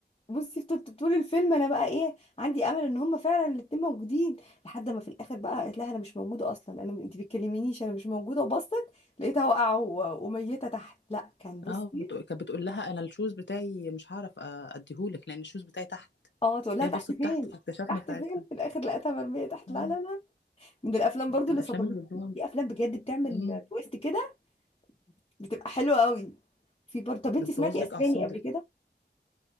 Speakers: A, on the left; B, on the left.
A: بصي طول طول الفيلم انا بقى ايه عندي امل ان هم فعلا الاتنين موجودين لحد ما في الاخر بقى قالت لها انا مش موجودة اصلا انا انت بتكلمينيش انا مش موجودة وبصت لقيتها واقعة و- وميتة تحت لا كان بصي
B: اه بتق... كانت بتقول لها انا الشوز بتاعي مش هعرف أ- اديهولك لان الشوز بتاعي تحت
A: اه تقول لها
B: هي
A: تحت
B: بصت
A: فين
B: تحت فاكتشفنا
A: تحت
B: ساعتها
A: فين في الاخر لقيتها مرمية تحت
B: اه
A: لا لا لا من الافلام برضو
B: الافلام
A: اللي صدمتني
B: اللي بتبوظ
A: في افلام بجد بتعمل
B: أمم،
A: تويست كده بتبقى حلوة قوي في برضه طب انت
B: بتبوظ
A: سمعتي اسباني
B: لك اعصابك
A: قبل كده